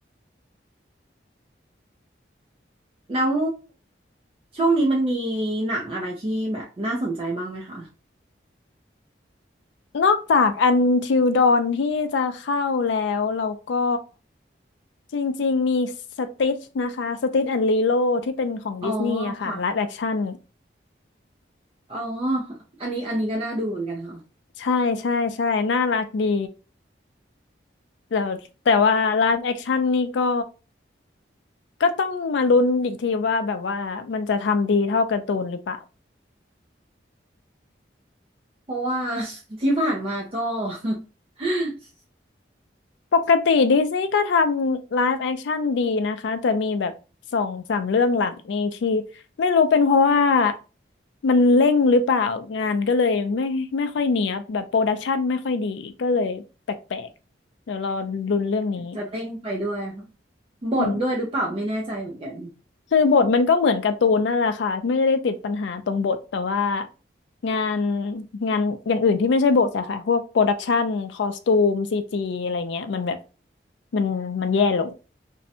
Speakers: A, on the right; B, on the left.
A: แล้วช่วงนี้มันมีหนังอะไรที่แบบน่าสนใจบ้างไหมคะ
B: นอกจาก Until Dawn ที่จะเข้าแล้วเราก็จริงๆมี Stitch นะคะ Stitch and Lilo ที่เป็นของดิสนีย์อะค่ะไลฟ์แอคชั่น
A: อ๋อค่ะอ๋ออันนี้อันนี้ก็น่าดูเหมือนกันค่ะ
B: ใช่ใช่ใช่น่ารักดีแล้วแต่ว่าไลฟ์แอคชั่นนี่ก็ก็ต้องมาลุ้นอีกทีว่าแบบว่ามันจะทำดีเท่าการ์ตูนหรือเปล่า
A: เพราะว่า <laughs> ที่ผ่านมาก็ <laughs>
B: ปกติดิสนีย์ก็ทำไลฟ์แอคชั่นดีนะคะแต่มีแบบสองสามเรื่องหลังนี่ที่ไม่รู้เป็นเพราะว่ามันเร่งหรือเปล่างานก็เลยไม่ไม่ค่อยเนียบแบบโปรดักชันไม่ค่อยดีก็เลยแปลกๆเดี๋ยวรอลุ้นเรื่องนี้
A: จะเร่งไปด้วยค่ะบทด้วยหรือเปล่าไม่แน่ใจเหมือนกัน
B: อืม คือบทมันก็เหมือนการ์ตูนนั่นแหละค่ะไม่ได้ติดปัญหาตรงบทแต่ว่างานงานอย่างอื่นที่ไม่ใช่บทอะค่ะพวกโปรดักชันคอสตูมซีจีอะไรเงี้ยมันแบบมันมันแย่ลง